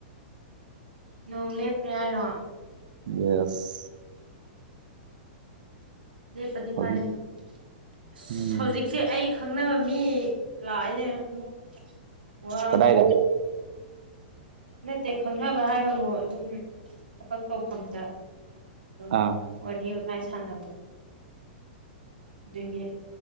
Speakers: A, on the right (about 75°); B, on the right (about 60°).
A: ꯅꯣꯡ ꯂꯦꯞꯈꯔꯦ ꯍꯥꯏꯔꯣ
B: ꯌꯦꯁ
A: ꯂꯦꯞꯄꯗꯤ
B: ꯍꯧꯖꯤꯛ
A: ꯐꯥꯔꯦꯅꯦ ꯑꯁ
B: ꯎꯝ
A: ꯍꯧꯖꯤꯛꯁꯦ ꯑꯩ ꯈꯪꯅꯕ ꯃꯤ ꯂꯥꯛꯑꯅꯦ ꯑꯃꯨꯛ ꯋꯥ
B: ꯀꯗꯥꯏꯗ
A: ꯅꯠꯇꯦ ꯈꯪꯅꯕ ꯍꯥꯏꯕꯕꯨ ꯑꯗꯨꯝ ꯊꯕꯛ ꯇꯧꯐꯝꯗ ꯑꯗꯨꯝ
B: ꯑꯥ
A: ꯋꯥꯔꯤ ꯋꯥꯇꯥꯏ ꯁꯥꯟꯅꯕꯗꯣ ꯑꯗꯨꯒꯤ